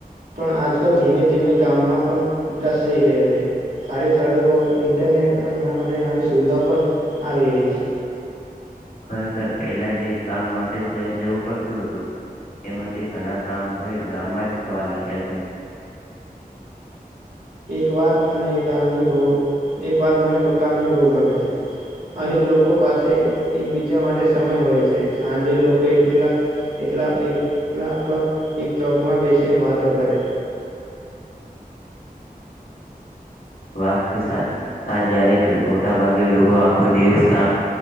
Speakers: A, on the right; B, on the left.
A: પણ આજકાલ ધીમે ધીમે ગામમાં પણ વિકાસ થઈ રહ્યો છે સારી સડકો ઈન્ટરનેટ અને નવી સુવિધાઓ પણ આવી રહી છે
B: ખરેખર પહેલા જે એક કામ માટે શહેર જવું પડતું હતું એમાંથી ઘણા કામ હવે ગામમાં જ થવા લાગ્યા છે,
A: એક વાત અને ગામની બઉ એક વાત મને ગામની બહુ ગમે છે અહીં લોકો પાસે એકબીજા માટે સમય હોય છે, સાંજે લોકો એટલા એટલા એટલા પર એક ચોકમાં બેસીને વાતો કરે
B: વાત તો સાચી હા જયારે મોટા ભાગે લોકો આખો દિવસ કામ